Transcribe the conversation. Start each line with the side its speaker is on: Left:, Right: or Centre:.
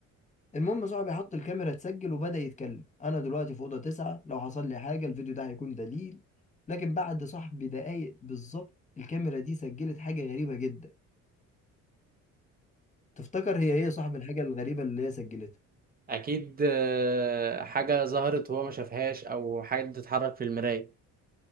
Left: المهم صاحبي حط الكاميرا تسجل وبدأ يتكلم انا دلوقتي في اوضه تسعة لو حصل لي حاجه الفيديو ده هيكون دليل لكن بعد صاحبي دقايق بالظبط الكاميرا دي سجلت حاجه غريبه جدا تفتكر هي ايه صاحب الحاجه الغريبه اللي هي سجلتها
Right: أكيد آه، حاجة ظهرت وهو ما شافهاش أو حاجة بتتحرك في المراية